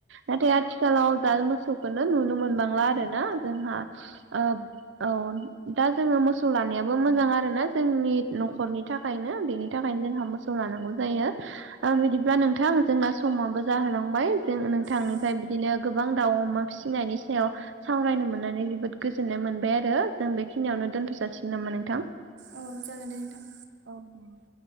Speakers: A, on the right (about 85°); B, on the right (about 70°).
A: नाथाय आथिखालाव दा मोसौखौनो नुनो मोनबांला आरो ना जोंहा उम औ दा जोङो मोसौ लानायाबो मोजां आरो ना जोंनि न'खरनि था खायनो बेनि थाखायनो जोंहा मोसौ लानांगौ जायो ओ बिदिब्ला नों थां जोंना समाबो जाहोलांबाय जों नोंथांनिफ्राय
B: औ
A: बिदिनो गोबां दाउ अमा फिसिनायनि सायाव सावरायनो मोननानै जोबोद गोजोननाय मोनबाय आरो जों बेखिनियावनो दोनथ' जासिगोन नामा नोंथां?
B: औ जागोन दे नोंथां।
A: औ <unintelligible>